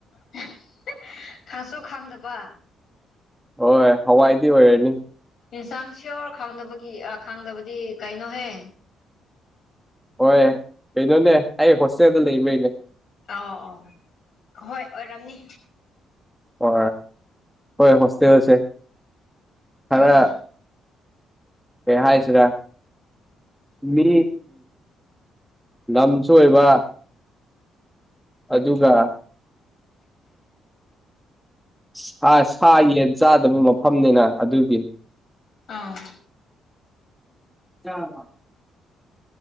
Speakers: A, on the left; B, in the centre.
A: <unintelligible> ꯈꯪꯁꯨ ꯈꯪꯗꯕ
B: ꯍꯣꯏ ꯍꯋꯥꯏꯗꯤ ꯑꯣꯏꯔꯅꯤ
A: ꯏꯟꯁꯥꯡ ꯁꯤꯌꯣꯔ ꯈꯥꯡꯗꯕꯒꯤ ꯈꯥꯡꯗꯕꯗꯤ ꯀꯩꯅꯣꯍꯦ
B: ꯍꯣꯏ ꯀꯩꯅꯣꯅꯦ ꯑꯩ ꯍꯣꯁꯇꯦꯜꯗ ꯂꯩꯕꯩꯅꯦ
A: ꯑꯧ ꯑꯧ ꯍꯣꯏ ꯑꯣꯏꯔꯝꯅꯤ
B: ꯑ ꯍꯣꯏ ꯍꯣꯁꯇꯦꯜꯁꯦ
A: ꯎꯝ
B: ꯈꯔ ꯀꯩ ꯍꯥꯢꯁꯤꯔꯥ ꯃꯤ ꯂꯝꯁꯨ ꯑꯣꯏꯕ ꯑꯗꯨꯒ ꯁꯥ ꯁꯥ ꯌꯦꯟ ꯆꯥꯗꯕ ꯃꯐꯝꯅꯤꯅ ꯑꯗꯨꯗꯤ
A: ꯑꯥ
B: ꯑꯥ